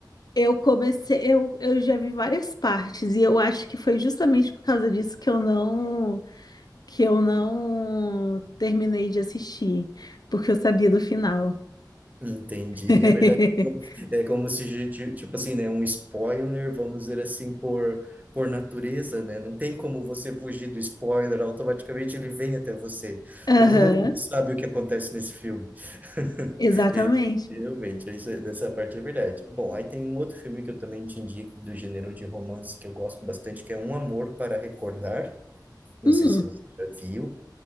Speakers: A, on the left; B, on the right.
A: eu comecei, eu, eu já vi várias partes e eu acho que foi justamente por causa disso que eu não que eu não terminei de assistir, porque eu sabia do final.
B: Entendi.
A: <laughs>
B: É verdade. É como se, ti- tipo assim, né, um spoiler, vamos dizer assim, por, por natureza, né? Não tem como você fugir do spoiler, automaticamente ele vem até você.
A: Aham,
B: E todo mundo sabe o que acontece nesse filme. <laughs>
A: exatamente.
B: É, Realmente, isso, é- dessa parte é verdade. Bom, aí tem um outro filme que eu também te indico, do gênero de romance, que eu gosto bastante, que é Um Amor para Recordar. Não
A: Hum,
B: sei se você já viu.